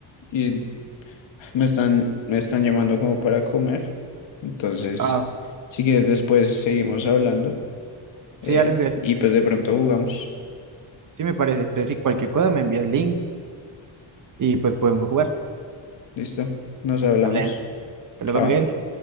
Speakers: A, on the left (about 70°); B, on the right (about 40°).
A: y me están, me están llamando como para comer, entonces,
B: ah
A: si quieres después seguimos hablando eh,
B: Sí, ya lo envié.
A: y pues de pronto jugamos.
B: Sí, me parece. Entonces, si cualquier cosa me envías link y pues podemos jugar.
A: ¿Listo? Nos hablamos.
B: Vale. Hasta luego,
A: Chao.
B: Miguel.